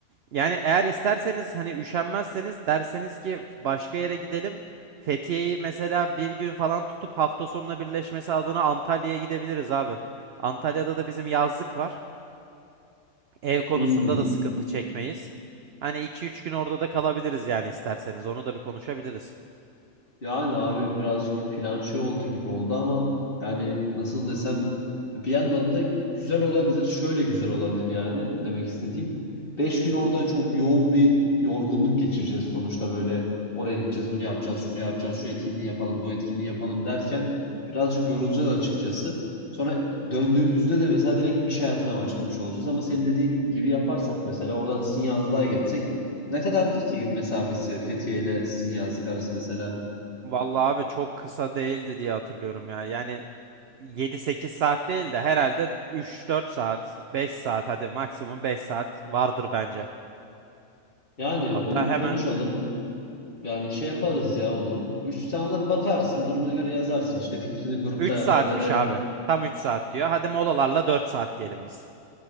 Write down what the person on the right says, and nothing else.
Yani eğer isterseniz hani üşenmezseniz derseniz ki başka yere gidelim. Fethiye'yi mesela bir gün falan tutup hafta sonuna birleşmesi adına Antalya'ya gidebiliriz abi. Antalya'da da bizim yazlık var. Ev konusunda
da sıkıntı çekmeyiz. Hani iki üç gün orada da kalabiliriz yani isterseniz. Onu da bir konuşabiliriz.
Vallahi abi çok kısa değildi diye hatırlıyorum ya. Yani yedi sekiz saat değil de herhalde üç dört saat, 5 saat hadi maksimum 5 saat vardır bence.
Hatta
hemen
3 saatmiş
abi. Tam 3 saat diyor. Hadi molalarla 4 saat diyelim biz.